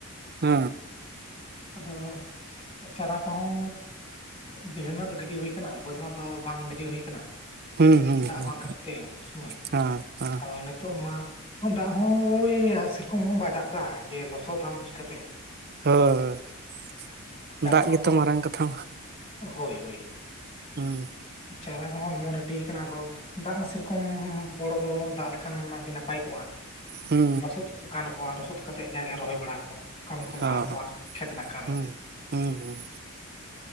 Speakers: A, on the right (about 45°); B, on the left (about 25°).
A: ᱚ᱾
B: ᱟᱫᱚ ᱪᱟᱨᱟ ᱠᱚᱦᱚᱸ ᱵᱟᱹᱭᱦᱟᱹᱲ ᱨᱮᱱᱟᱜ ᱫᱚ ᱜᱤᱰᱤ ᱦᱩᱭ ᱠᱟᱱᱟ ᱵᱟᱹᱫᱽ ᱨᱮᱱᱟᱜ ᱫᱚ ᱵᱟᱝ ᱜᱤᱰᱤ ᱦᱩᱭ ᱟᱠᱟᱱᱟ᱾
A: ᱦᱩᱸ ᱦᱩᱸ
B: ᱫᱟᱜ
A: ᱦᱩᱸ
B: ᱵᱟᱝ ᱠᱷᱟᱹᱛᱤᱨ ᱛᱮ ᱩᱱ ᱥᱚᱢᱚᱭ,
A: ᱦᱮᱸ ᱦᱮᱸ
B: ᱟᱫᱚ ᱱᱤᱛᱳᱜ ᱢᱟ ᱫᱟᱜ ᱦᱚᱸ ᱳᱭ ᱥᱮᱨᱚᱠᱚᱢ ᱦᱚᱸ ᱵᱟᱭ ᱫᱟᱜ ᱮᱫᱟ ᱡᱮ ᱞᱚᱥᱚᱫ ᱟᱢ ᱪᱤᱠᱟᱛᱮ?
A: <inaudible>
B: ᱪᱟᱨᱟ
A: ᱫᱟᱜ
B: ᱢᱟᱛᱚ
A: ᱜᱮᱛᱚ ᱢᱟᱨᱟᱝ ᱠᱟᱛᱷᱟ ᱢᱟ
B: ᱦᱳᱭ ᱦᱳᱭ
A: ᱦᱩᱸ᱾
B: ᱪᱟᱨᱟ ᱠᱚ ᱦᱚᱸ ᱚᱢᱚᱱ ᱨᱮᱰᱤᱭ ᱠᱟᱱᱟ ᱟᱫᱚ ᱫᱟᱜ ᱥᱮᱨᱚᱠᱚᱢ ᱵᱚᱲᱚ ᱵᱚᱲᱚ ᱫᱟᱜ ᱞᱮᱠᱷᱟᱱ ᱢᱟ ᱟᱹᱰᱤ ᱱᱟᱯᱟᱭ ᱠᱚᱜᱼᱟ᱾
A: ᱦᱩᱸ ᱦᱩᱸ
B: ᱞᱚᱥᱚᱫ ᱜᱟᱱ ᱠᱚᱣᱟ ᱞᱚᱥᱚᱫ ᱠᱟᱛᱮᱜ ᱡᱟᱜᱮ ᱨᱚᱦᱚᱭ ᱵᱟᱲᱟ ᱠᱚ᱾ ᱠᱟᱹᱢᱤ ᱠᱚ
A: ᱦᱚᱸ
B: ᱞᱟᱦᱟ ᱠᱚᱜᱼᱟ ᱠᱷᱮᱛ ᱨᱮᱱᱟᱜ ᱠᱟᱹᱢᱤ᱾
A: ᱦᱩᱸ ᱦᱩᱸ ᱦᱩᱸ᱾